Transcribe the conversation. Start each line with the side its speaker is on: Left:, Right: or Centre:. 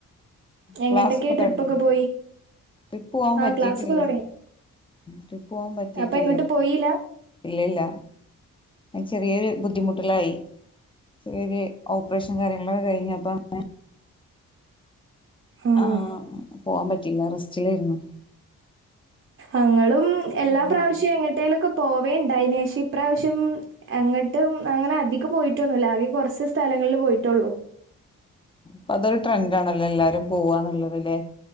Right: എങ്ങട്ടൊക്കെ
Left: ക്ലാസ്സൊക്കെ
Right: ട്രിപ്പൊക്കെ
Left: തടങ്ങു
Right: പോയി
Left: ട്രിപ്പ് പോവാൻ
Right: ആഹ്
Left: പറ്റിട്ടില്ല
Right: ക്ലാസ്സൊക്കെ തൊടങ്ങി
Left: ട്രിപ്പ് പോകൻ പറ്റിട്ടില്ലേ
Right: അപ്പൊ എങ്ങട്ടും പോയീല്ല
Left: ഇല്ലല്ല ചെറിയൊരു ബുദ്ധിമുട്ടുകളായി ചെറിയ ചെിയ ഓപ്പറേഷൻ കാര്യങ്ങളൊക്കെ കഴിഞ്ഞപ്പോ അങ്ങന
Right: ആഹ്
Left: ആഹ പോവാൻ പറ്റില്ലറ ച്ചിലായിരുന്നു
Right: അങ്ങളും എല്ലാ
Left: ആഗ്രഹണ്ടായിരുന്നു
Right: പ്രാവശ്യം എങ്ങട്ടേലൊക്കെ പോവേുണ്ട അതിനന് ശേഷം ഇപ്രാവശ്യം എങ്ങോട്ടും അങ്ങനെ അധികം പോയിട്ടൊന്നുമില്ല ആകെ കുറച്ച് സ്ഥലങ്ങളിൽ പോയിട്ടുള്ളു
Left: അപ്പൊ അതൊരു ട്രെൻഡ് ആണല്ലോ എല്ലാരും പോവന്നുള്ളതില്െ